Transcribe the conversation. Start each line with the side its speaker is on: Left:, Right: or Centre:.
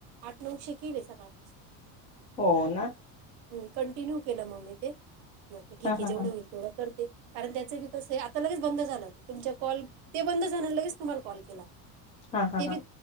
Right: आठ नौशे केले सकाळपासून,
Left: हो ना.
Right: हम्, कंटिन्यू केलं मग मी ते, ठीक
Left: हा
Right: आहे
Left: हा
Right: जेवढं
Left: हा
Right: होईल तेवढं करते. कारण त्याचे बी कस, आता लगेच बंद झालं, तुमच्या कॉल ते बंद झाल्या लगेच तुम्हाला कॉल केला.
Left: हा, हा,
Right: ते
Left: हा,
Right: बी